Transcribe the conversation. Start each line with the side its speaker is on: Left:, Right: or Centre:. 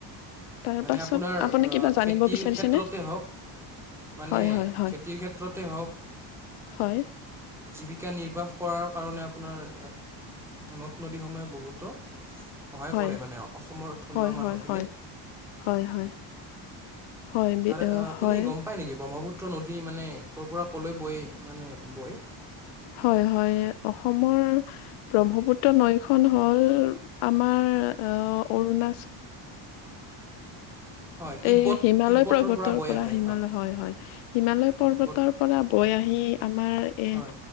Left: তাৰ
Centre: মানে
Left: পাছত
Centre: আপোনাৰ আহ,
Left: আপুনি কিবা
Centre: খেতিৰ
Left: জানিব বিচাৰিছেনে
Centre: ক্ষেত্ৰতে হওক মানে
Left: হয় হয় হয়
Centre: খেতিৰ ক্ষেত্ৰতে হওক
Left: হয়
Centre: জীৱিকা নিৰ্বাহ কৰাৰ কাৰণে আপোনাৰ নদ নদীসমূহে বহুতো সহায়
Left: হয়
Centre: কৰে মানে অসমৰ থলুৱা
Left: হয় হয়
Centre: মানুহখিনিক
Left: হয় হয় হয় হয়
Centre: তাৰে আপুনি
Left: হয়
Centre: গম পায় নেকি ব্ৰহ্মপুত পুত্ৰ নদী মানে ক'ৰ পৰা ক'লৈ বৈ মানে বৈ
Left: হয় হয়। অসমৰ ব্ৰহ্মপুত্ৰ নৈখন হ'ল আমাৰ অণ
Centre: হয় তিব্বত
Left: এই হিমালয়
Centre: তিব্বতৰ
Left: পৰ্বতৰ
Centre: বৈ
Left: পৰা
Centre: আহে
Left: হিমালয় হয় হয় হিমালয়
Centre: তিব্বত
Left: পৰ্বতৰ পৰা বৈ আহি আহি আমাৰ এ
Centre: হয়